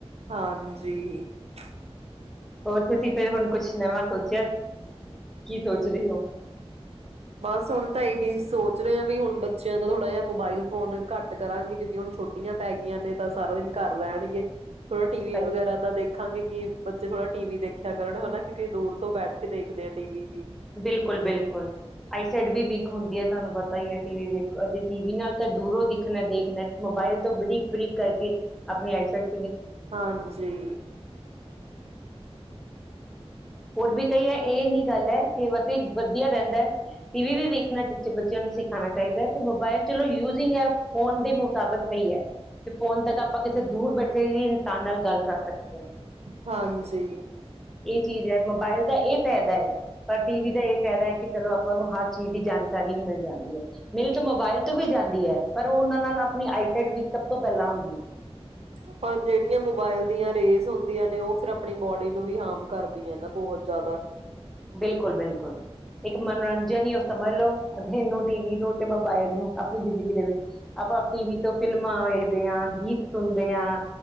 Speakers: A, on the right; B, in the centre.
A: ਹਾਂਜੀ <unintelligible>
B: ਔਰ ਤੁਸੀਂ ਫੇਰ ਹੁਣ ਕੁਝ ਨਵਾਂ ਸੋਚਿਆ। ਕੀ ਸੋਚ ਰਹੇ ਹੋ?
A: ਬਸ ਹੁਣ ਤਾਂ ਇਹੀ ਸੋਚ ਰਹੇ ਆ ਵੀ ਹੁਣ ਬੱਚਿਆਂ ਦਾ ਥੋੜਾ ਜਿਹਾ ਮੋਬਾਈਲ ਫੋਨ ਘੱਟ ਕਰਾਂਗੇ। ਕਿਉਕਿ ਹੁਣ ਛੁੱਟੀਆਂ ਪੈ ਗਈਆਂ ਨੇ ਤਾਂ ਸਾਰਾ ਦਿਨ ਘਰ ਰੈਣਗੇ। ਥੋੜਾ ਟੀਵੀ
B: ਸਹੀ
A: ਵਗੈਰਾ
B: ਗੱਲ।
A: ਦਾ ਦੇਖਾਂਗੇ ਕਿ ਬੱਚੇ ਥੋੜਾ ਟੀਵੀ ਦੇਖਿਆ ਕਰਨ ਹੇਨਾ। ਕਿਉਂਕਿ ਦੂਰ ਤੋਂ ਬੈਠ ਕੇ ਦੇਖਦੇ ਆ ਟੀਵੀ ਵੀ।
B: ਬਿਲਕੁਲ, ਬਿਲਕੁਲ ਆਈ ਸਾਈਡ ਵੀ ਵੀਕ ਹੁੰਦੀ ਏ। ਤੁਹਾਨੂੰ ਪਤਾ ਟੀਵੀ ਵੇਖ ਅਜੇ ਟੀਵੀ ਨਾਲ ਤਾ ਦੂਰੋਂ ਦਿਖਣੈ ਦੇਖਣਾ ਮੋਬਾਈਲ ਤੋਂ ਬਰੀਕ-ਬਰੀਕ ਕਰਕੇ ਆਪਣੀ ਆਈਸਾਈਟ
A: ਹਾਂਜੀ।
B: ਹੋਰ ਵੀ ਕਈ ਇਹ ਨਹੀਂ ਗੱਲ ਏ <unintelligible> ਵਧੀਆ ਰਹਿੰਦਾ, ਟੀਵੀ ਵੀ ਵੇਖਣਾ ਚਾਚੇ ਬੱਚਿਆਂ ਨੂੰ ਸਿਖਾਣਾ ਚਾਹੀਦਾ ਤੇ ਮੋਬਾਇਲ ਚਲੋ ਯੂਜਿੰਗ ਆ ਫੋਨ ਦੇ ਮੁਤਾਬਿਕ ਸਹੀ ਹ ਫੋਨ ਤੱਕ ਆਪਾਂ ਕਿਸੇ ਦੂਰ ਬੈਠੇ ਵੀ ਇਨਸਾਨ ਨਾਲ ਗੱਲ ਕਰ ਸਕਦੇ ਆਂ
A: ਹਾਂਜੀ।
B: ਇਹ ਚੀਜ਼ ਏ। ਮੋਬਾਇਲ ਦਾ ਇਹ ਫਾਇਦਾ ਏ। ਪਰ ਟੀਵੀ ਦਾ ਇਹ ਫਾਇਦਾ ਏ ਕਿ ਚਲੋ ਆਪਾਂ ਨੂੰ ਹਰ ਚੀਜ਼ ਦੀ ਜਾਣਕਾਰੀ ਮਿਲ ਜਾਂਦੀ ਏ। ਮਿਲ ਤਾਂ ਮੋਬਾਇਲ ਤੋਂ ਵੀ ਜਾਂਦੀ ਏ। ਪਰ ਉਹਨਾਂ ਨਾਲ ਆਪਣੀ ਆਈਟਾਈਡ ਵਿਕ ਸਭ ਤੋਂ ਪਹਿਲਾਂ ਹੁੰਦੀ ਏ।
A: ਆਪਾਂ ਜਿਹੜੀਆਂ ਮੋਬਾਈਲ ਦੀਆਂ ਰੇਂਜ ਹੁੰਦੀਆਂ ਨੇ, ਉਹ ਫਿਰ ਆਪਣੀ ਬਾਡੀ ਨੂੰ ਵੀ ਆਮ ਕਰਦੀਆਂ ਏ ਨਾ ਬੋਤ ਜਿਆਦਾ।
B: ਬਿਲਕੁਲ-ਬਿਲਕੁਲ ਇੱਕ ਮਨੋਰੰਜਨ ਹੀ ਉਹ ਸਮਝ ਲਓ ਟੀਵੀ ਨੂੰ ਤੇ ਮੋਬਾਇਲ ਨੂੰ ਆਪਣੀ ਜ਼ਿੰਦਗੀ ਦੇ ਵਿੱਚ ਆਪਾਂ ਟੀਵੀ ਤੋਂ ਫਿਲਮਾ ਦੇਖਦੇ ਆਂ ਗੀਤ ਸੁਣਦੇ ਆਂ